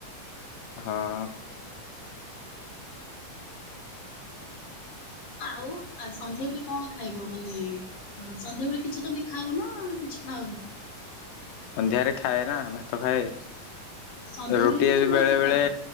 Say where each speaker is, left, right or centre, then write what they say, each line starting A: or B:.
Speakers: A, on the left; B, on the left.
A: ହଁ।
B: ଆଉ ଆଉ ସନ୍ଧ୍ୟା ବଳେ କଣ ଖାଇବ ମାନେ? ହୁଁ ସନ୍ଧ୍ୟାବେଳେ କିଛି ତମେ ଖାଉ ନ କିଛି ଖାଉନି।
A: ସନ୍ଧ୍ୟାରେ ଖାଏ ନା ଭାତ ଖାଏ
B: ସନ୍ଧ୍ୟାବେଳେ
A: ରୁଟି
B: ବି
A: ଯଦି
B: ତମେ
A: ବେଳେ
B: ଭାତ ଖାଅ
A: ବେଳେ